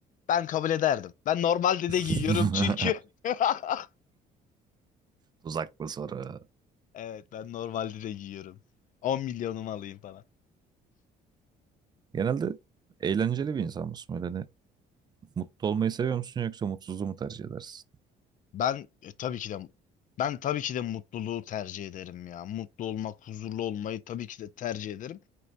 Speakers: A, on the left; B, on the right.
A: Ben kabul ederdim. Ben normalde
B: <laughs>
A: de giyiyorum çünkü. <laughs>
B: Tuzaklı soru.
A: Evet ben normalde de giyiyorum. 10 milyonumu alayım falan.
B: Genelde eğlenceli bir insan mısın? Böyle hani mutlu olmayı seviyor musun yoksa mutsuzluğu mu tercih edersin?
A: Ben e, tabii ki de ben tabii ki de mutluluğu tercih ederim ya. Mutlu olmak, huzurlu olmayı tabii ki de tercih ederim